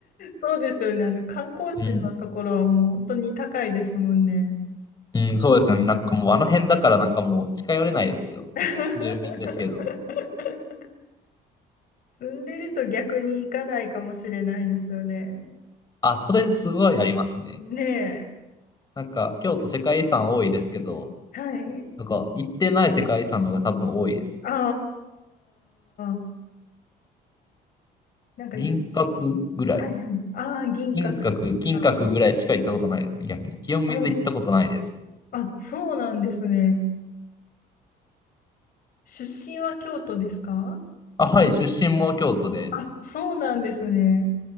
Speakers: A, on the left; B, on the left.
A: そうですよね。あの、観光地のところはもう本当に高いですもんね。
B: うん。うん、そうですね。なんかもうあの辺だからなんかもう近寄れないですよ。
A: <laughs>
B: 住民ですけど。
A: 住んでると逆に行かないかもしれないですよね。
B: あ、それすごいありますね。
A: ねえ。
B: なんか京都世界遺産多いですけど、
A: はい。
B: なんか行ってない世界遺産の方が多分多いです。
A: ああ、なんかい、
B: 銀閣ぐらい。
A: はいはい。ああ、銀閣寺とか。
B: 銀閣、金閣ぐらいしか行ったことないですね、逆に。清水行ったことないです。
A: あ、あ、そうなんですね。出身は京都ですか
B: あ、はい、出身も京都で、
A: あ、そうなんですね。